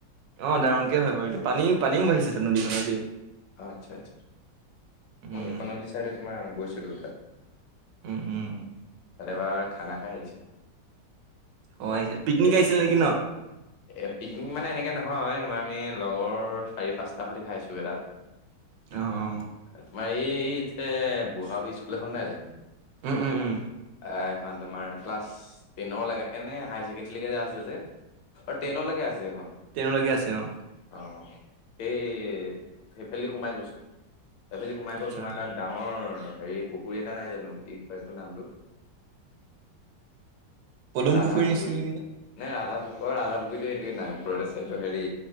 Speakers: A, on the right (about 80°); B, on the left (about 80°).
A: অ, ডাঙৰকে হয় বাৰু এতিয়া পানীও, পানীও বাঢ়িছে নদীখনতে।
B: আচ্ছা, আচ্ছা
A: উম
B: মই সেইখনত দি চাই তোমাৰ গৈছো দে তাত।
A: উম, উম।
B: তাত এবাৰ খানা খাই আহিছিল
A: অ আহিছে পিকনিক
B: এই
A: আহিছিল
B: তোমাৰ
A: নেকি ন
B: এই পিকনিক মানে এনেকৈ নহয় তোমাৰ আমি লগৰ চাৰি, পাঁচটা সৈতি খাইছোঁ এ, তাত তোমাৰ
A: অ অ
B: এই যে বুঢ়া স্কুল এখন নাই জানো।
A: উম, উম, উম।
B: এখন তোমাৰ ক্লাছ টেনৰ কেনে হায়াৰ ছেকেণ্ডৰীকে যে আছে যে অ, ট্ৰেইনলৈকে আছে এইখন
A: ট্ৰেইনলৈকে আছে অ
B: অ'। এই সেইফালি সোমাই গৈছো, সেইফালি সোমাই
A: আচ্ছা
B: গৈ তোমাৰ তাত ডাঙৰ অ, হেৰি পুখুৰী এটা নাই জানো কি কয় এইটো নামটো
A: পদুম
B: ৰাধাপুখুৰী
A: পুখুৰী নিছিল নেকি ন
B: নে ৰাধা পুৰ, অ, ৰাধা পুুখ পুুৰতটো এইটোৱে নাৰপুৰত আছে, এইটো হেৰি